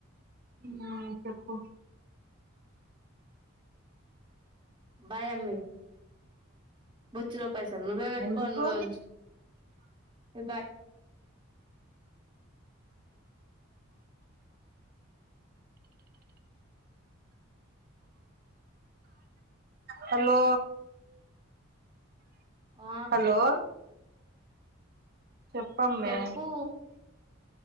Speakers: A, on the right; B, on the right.
A: మ్మ్ ఆ చెప్పు
B: భయమే బొచ్చు పైసలు నువ్వే పెట్టుకో,
A: ఎందుకు
B: నువ్వే ఉంచుకో
A: హలో
B: ఆ
A: హలో చెప్పమ్మే
B: చెప్పు